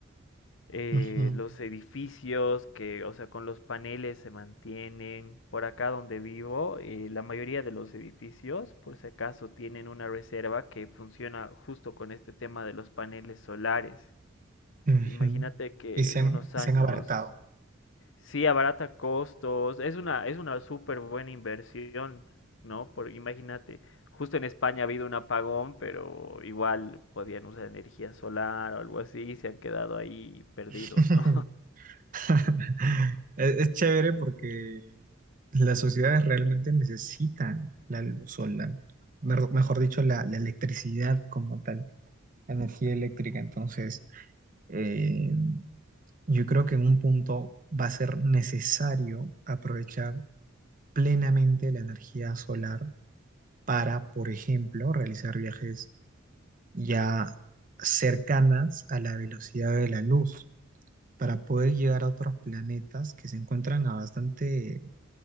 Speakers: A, on the left; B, on the right.
A: eh,
B: ujú,
A: los edificios que, o sea, con los paneles se mantienen. Por acá donde vivo, eh, la mayoría de los edificios, por si acaso, tienen una reserva que funciona justo con este tema de los paneles solares.
B: ujú.
A: Imagínate que
B: Y se
A: en
B: han,
A: unos
B: y
A: años
B: se han abaratado.
A: sí abarata costos, es una, es una súper buena inversión, ¿no? Por, imagínate. Justo en España ha habido un apagón, pero igual podían usar energía solar o algo así y se han quedado ahí perdidos,
B: <laughs>
A: ¿no?
B: <laughs> Es, es chévere porque las sociedades realmente necesitan la luz solar, mer- mejor dicho, la, la electricidad como tal, la energía eléctrica. Entonces, eh, yo creo que en un punto va a ser necesario aprovechar plenamente la energía solar para, por ejemplo, realizar viajes ya cercanas a la velocidad de la luz, para poder llegar a otros planetas que se encuentran a bastante